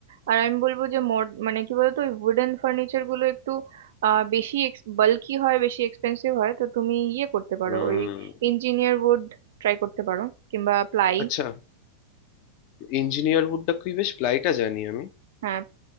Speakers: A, on the right; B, on the left.
A: আর আমি বলবো যে মড মানে কি বলতো ওই উডেন ফার্নিচার গুলো একটু আহ, বেশি বাল্কি হয় বেশি এক্সপেন্সিভ হয় তো তুমি ইয়ে করতে পারো
B: হুম
A: ওই ইঞ্জিনিয়ার উড ট্রাই করতে পারো কিংবা প্লাই
B: আচ্ছা ইঞ্জিনিয়ার উডটা কি বেশ প্লাইটা জানি আমি
A: হ্যাঁ